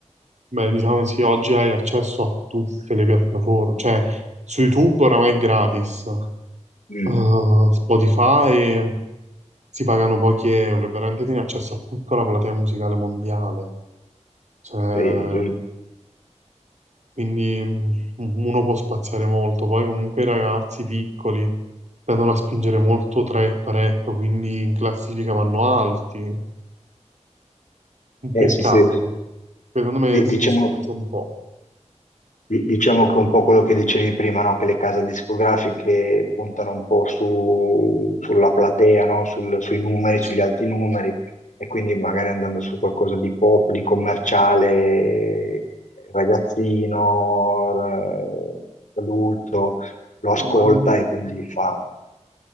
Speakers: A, on the right (about 70°); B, on the left (about 85°).
A: Beh, diciamo sì, oggi hai accesso a tutte le piattaforme, cioè su YouTube oramai è gratis,
B: Mm.
A: eh, Spotify si pagano pochi euro, e veramente tieni accesso a tutta la platea musicale mondiale, cioè...
B: Eh,
A: quindi mm, uno può spaziare molto. Poi comunque i ragazzi piccoli tendono a spingere molto trap, rap, quindi in classifica vanno alti. Un
B: eh,
A: peccato,
B: sì, sì.
A: secondo me
B: Di-
A: si
B: Diciamo,
A: distrugge un po'.
B: di- diciamo che un po' quello che dicevi prima, no? Che le case discografiche puntano un po' su- sulla platea, no? Sul- sui numeri,
A: Sì.
B: sugli alti numeri, e quindi magari andando su qualcosa di pop, di commerciale, ragazzino, r- adulto, lo ascolta
A: No, ma,
B: e quindi fa